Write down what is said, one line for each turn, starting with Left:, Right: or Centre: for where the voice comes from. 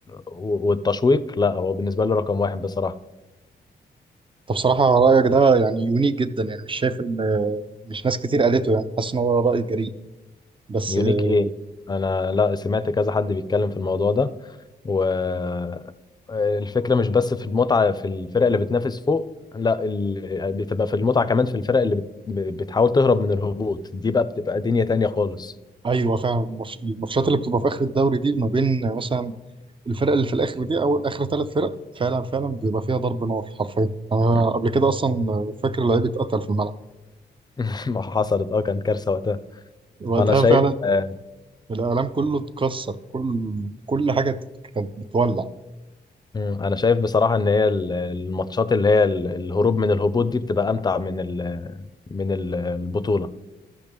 Left: والتشويق لا هو بالنسبه لي رقم واحد بصراحه
Right: انت بصراحه رايك ده يعني يونيك جدا يعني مش شايف ان مش ناس كتير قالته يعني حاسس ان هو راي جريء بس
Left: يونيك
Right: آه،
Left: ايه انا لا سمعت كذا حد بيتكلم في الموضوع ده والفكرة مش بس في المتعة في الفرق اللي بتنافس فوق لا ال... بتبقى في المتعة كمان في الفرق اللي بت... بتحاول تهرب من الهبوط دي بقى بتبقى دنيا تانية خالص
Right: ايوه فعلا الماتش- الماتشات اللي بتبقى في اخر الدوري دي ما بين مثلا الفرق اللي في الاخر دي او اخر ثلاث فرق فعلا فعلا بيبقى فيها ضرب نار حرفيا انا
Left: <laughs>
Right: قبل كده اصلا فاكر لعيب اتقتل في الملعب
Left: مم. ما حصلت اه كان كارثة وقتها
Right: وقتها
Left: انا شايف
Right: فعلا
Left: آه،
Right: الاعلام كله اتكسر كل كل حاجه كانت بتولع
Left: مم. انا شايف بصراحة ان هي ال- الماتشات اللي هي ال- الهروب من الهبوط دي بتبقى امتع من ال... من ال- البطولة